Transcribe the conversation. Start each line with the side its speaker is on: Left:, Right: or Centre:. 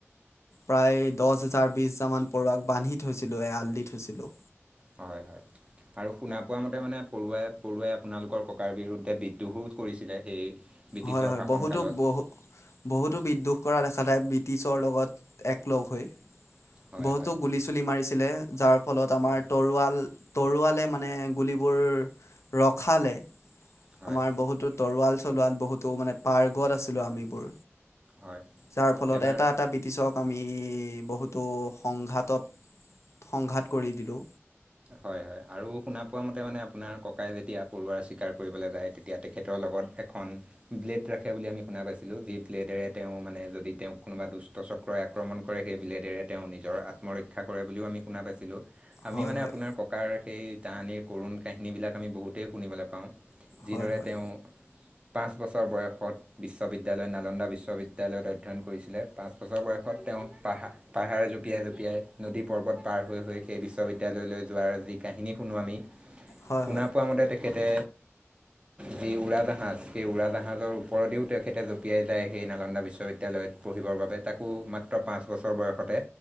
Left: প্ৰায় দহ হোজাৰ বিশ হাজজাৰমানান পৰুৱাক বান্ধি থৈছিলোঁ, আল দি থৈছিলোঁ।
Right: হয় হয় আৰু শুনা পোৱা মতে মানে পৰুৱাই পৰুৱাই আপোনালোকৰ ককাৰ বিৰুদ্ধে বিদ্ৰোহো কৰিছিলে। সেই ব্ৰিটিছৰ
Left: হয়। হয়।
Right: শাসন
Left: বহুতো
Right: কালত
Left: বহু বহুতো বিদ্ৰোহ কৰা দেখা যায়। ব্ৰিটিছৰ লগত এক লগ হৈ।
Right: হয়
Left: বহুতো
Right: হয়
Left: গুলি চুলি মাৰিছে ছিলে যাৰ ফলত আমাৰ
Right: হয়
Left: তৰোৱাল তৰোৱালে মানে গুলিবোৰ ৰখালে।
Right: হয়
Left: আমাৰ বহুতো তৰোৱাল-চলোৱাল বহুতো মানে পাৰ্গত আছিলো আমিবোৰ।
Right: হয়
Left: যাৰ ফলত
Right: এবাৰ
Left: এটা এটা ব্ৰিটিছক আমি বহুত সংঘাতত, সংঘাত কৰি দিলোঁ।
Right: হয় হয় আৰু শুনা পোৱা মতে মানে আপোনাৰ ককাই যেতিয়া পৰুৱাৰ স্বীকাৰ কৰিবলৈ যায়, তেতিয়া তেখেতৰ লগত এখন ব্লেড ৰাখে বুলি আমি শুনা পাইছিলো। যি ব্লেডেৰে তেওঁ মানে যদি তেওঁক কোনোবা দুষ্ট চক্ৰই আক্ৰমণ কৰে সেই ব্লেডেৰে তেওঁ নিজৰ আত্মৰক্ষা কৰে বুলিও আমি শুনা পাইছিলো। আমি
Left: হয়
Right: মানে
Left: হয়
Right: আপোনাৰ ককাৰ সেই কাহানিৰ কৰুণ কাহিনীবিলাক আমি বহুতেই শুনিবলৈ পাওঁ। যিদৰে
Left: হয় হয়
Right: তেওঁ পাঁচ বছৰ বয়সত বিশ্ববিদ্যালয় নালন্দা বিশ্ববিদ্যালয়ত অধ্যয়ন কৰিছিলে। পাঁচ বছৰ বয়সত তেওঁ পাহাৰ পাহাৰে জঁপিয়াই জঁপিয়াই নদী পৰ্বত পাৰ হৈ হৈ সেই বিশ্ববিদ্যালয়লৈ যোৱাৰ যি কাহিনী শুনো আমি।
Left: হয়
Right: শুনা
Left: হয়
Right: পোৱা মতে তেখেতে যি উৰাজাহাজ সেই উৰাজাহাজৰ ওপৰদিও তেখেতে জঁপিয়াই যায় সেই নালন্দা বিশ্ববিদ্য়ালয়ত। পঢ়িবৰ বাবে তাকো মাত্ৰ পাঁচ বছৰ বয়সতে